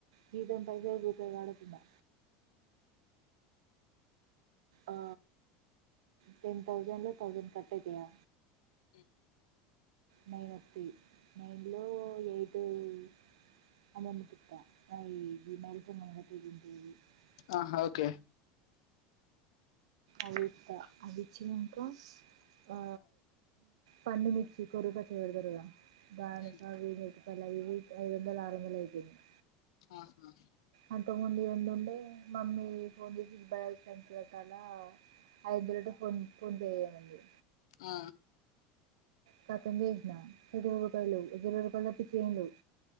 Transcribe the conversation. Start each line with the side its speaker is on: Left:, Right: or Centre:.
Right: జీతం పైసలు రూపాయి వాడకుండా ఆ టెన్ థౌసండ్ల థౌసండ్ కట్ అయితయా
Left: ఉమ్,
Right: నైన్ ఒత్తయి నైన్ లో ఎయిట్ ట్ అమ్మమ్మ కిత్త ఆ <unintelligible>
Left: ఆహా ఓకే
Right: అవిత్త అవ్విచ్చినంక ఆ పండుమిర్చి కొరివి పచ్చడి పెడతరు కదా దానికా
Left: ఉమ్,
Right: ఇవి ఐదొందలో ఆరొందలు అయిపోయినయి
Left: ఆహా
Right: అంతకుముందు రెండు ఉండే మమ్మీ ఫోన్ చేసి <unintelligible> కట్టాలా హైబ్రిడ్ కొనుక్కొని చేయమంది
Left: ఆ
Right: కతం చేసిన నా దగ్గర రపాయ లేదు ఇరవై రూపాయలు తప్పిచ్చి ఏం లేవు